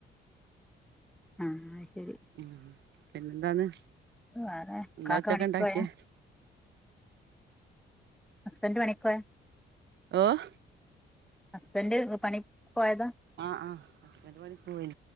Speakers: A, in the centre; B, on the right (about 65°).
A: ആഹ് അത് ശെരി.
B: ഹ്മ്മ് പിന്നെന്താന്ന്,
A: വേറെ
B: എന്താ
A: കാക്ക
B: ഉച്ചക്ക്
A: പണിക്ക്
B: ഇണ്ടാക്കിയെ
A: പോയാ ഹസ്ബന്റ് പണിക്കോയാ
B: ഓഹ്
A: ഹസ്ബന്റ് പണിക്ക്‌ പോയതാ
B: ആഹ്, ആഹ് ഹസ്ബന്റ് പണിക്ക്‌ പോയി.